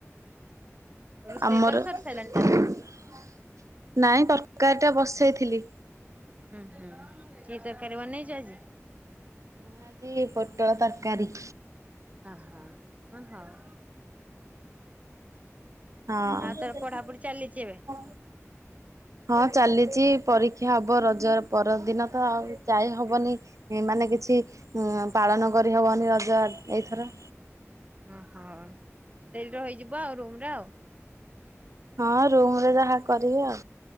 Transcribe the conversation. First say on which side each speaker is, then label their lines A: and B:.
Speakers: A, on the right; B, on the right.
A: ରୋଷେଇ
B: ଆମର
A: ତୋର ସରି
B: ନାଇଁ
A: ସାରିଲାଣି ତାହେଲେ?
B: ତରକାରୀ ଟା ବସେଇଥିଲି।
A: ଉଁ ହୁଁ କି ତରକାରୀ ବନେଇଚୁ ଆଜି?
B: ମୁଁ ଆଜି ପୋଟଳ ତରକାରୀ।
A: ଅ ହ ହଁ ହଉ।
B: ହଁ।
A: ଆଉ ତୋର ପଢାପଢି ଚାଲିଛି ଏବେ?
B: ହଁ ଚାଲିଚି ପରୀକ୍ଷା ହବ ରଜର ପରଦିନ ତ ଆଉ ଯାଇ ହବନି। ଏ ମାନେ କିଛି ଉଁ ପାଳନ କରିହବନି ରଜ ଆ ଏଇଥର।
A: ଓହୋ ସେଇଠି ରହିଯିବ ଆଉ ରୁମ୍ ରେ ଆଉ।
B: ହଁ ରୁମ୍ ରେ ଯାହା କରିବି ଆଉ।